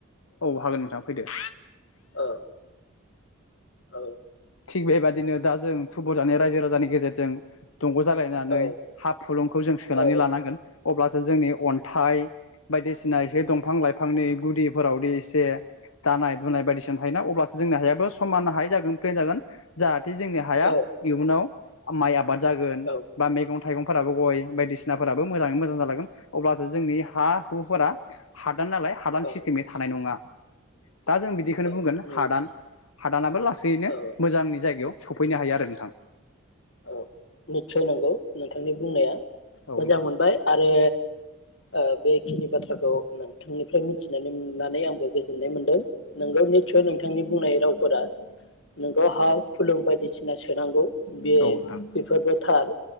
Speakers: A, on the left; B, on the left.
A: औ हागोन नोंथां फैदो।
B: ओ औ
A: थिग बेबायादिनो दा जों थुबुरजानाय रायजो राजानि गेजेरजों दंग' जालायनानै
B: औ
A: हा फुलुंखौ जों सोनानै
B: औ
A: लानांगोन अब्ला जों जोंनि अन्थाइ बायदिसिना एसे दंफां लाइफांनि गुदिफोरावदि एसे दानाय दुनाय बायदिसिना मोजां थायो ना अब्लासो जोंनि हायाबो समानहाय जागोन। जागोन जाहा बे जोंनि हाया
B: औ
A: इयुनाव आ माइ आबाद जागोन
B: औ
A: बा मैगं थाइगंफोराबो गय बायदिसिनाफोराबो मोजाङै मोजां जालांगोन अब्लासो जोंनि हा हुफोरा हादान नालाय हादान
B: औ
A: सिस्टेमै थानाय नङा। दा जों बिदिखौनो
B: औ
A: बुंगोन
B: नंगौ
A: हादान हादानाबो लासैनो
B: औ
A: मोजांनि जायगायाव सफैनो हायो आरो नोंथां।
B: औ निस्सय नंगौ नोंथांनि बुंनाया।
A: औ
B: मोजां
A: नोंथां
B: मोनबाय आरो ओ बेखिनि बाथ्राखौ नोंथांनिफ्राय मिथिनानै मोननानै आंबो गोजोननाय मोनदों नोंगौ नितसय नोंथांनि बुंनाय रावफोरा नोंगौ हा फुलुं बायदिसिना सोनांगौ। बे
A: औ नोंथां
B: बेफोरबो थार।